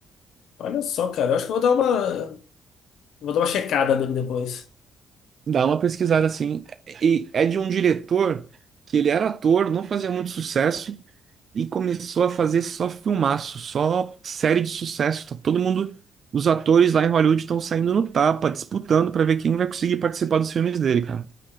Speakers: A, on the left; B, on the right.
A: Olha só, cara, eu acho que eu vou dar uma, vou dar uma checada nele depois.
B: Dá uma pesquisada assim. E é de um diretor que ele era ator, não fazia muito sucesso e começou a fazer só filmaço, só série de sucesso. Tá todo mundo, os atores lá em Hollywood estão saindo no tapa, disputando para ver quem vai conseguir participar dos filmes dele, cara.